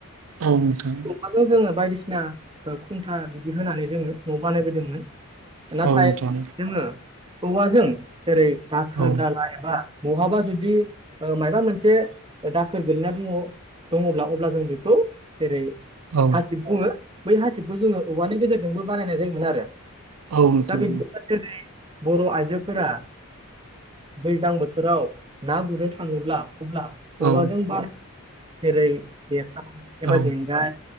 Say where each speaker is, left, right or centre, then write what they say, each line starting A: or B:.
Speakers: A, on the right; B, on the right.
A: औ नोंथां।
B: हाजों जोङो बायदिसिना ओ खुन्था बिदि होनानै जोङो न' बानायबोदोंमोन। नाथाय
A: औ नोंथां
B: जोङो औवाजों जेरै दाखोर
A: औ
B: दालाय एबा बहाबा जुदि ओ मायबा मोनसे दाखोर गोलैना दङ दङब्ला अब्ला जों बेखौ जेरै
A: औ
B: हासिब बुङो। बै हासिबखौ जोङो औवानि गेजेरजोंबो बानायनाय जायोमोन आरो।
A: औ नोंथां
B: दा <unintelligible> बर' आइजोफोरा दैज्लां बोथोराव ना गुरनो थाङोब्ला अब्ला औवाजों
A: औ
B: बानाय जेरै जेखा एबा
A: औ
B: जेंगाय